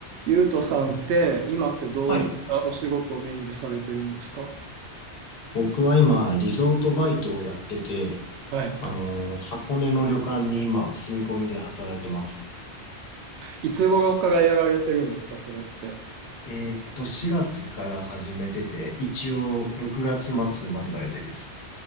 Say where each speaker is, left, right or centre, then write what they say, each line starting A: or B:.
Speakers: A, on the right; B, on the left.
A: ゆうとさんって今ってどういったお仕事をメインでされてるんですか
B: はい。僕は今、リゾートバイトをやってて、
A: はい。
B: あの、箱根の旅館に今、住み込みで働いてます。
A: いつ頃からやられてるんですかそれって。
B: えーっと、4月から始めてて、一応、6月末までの予定です。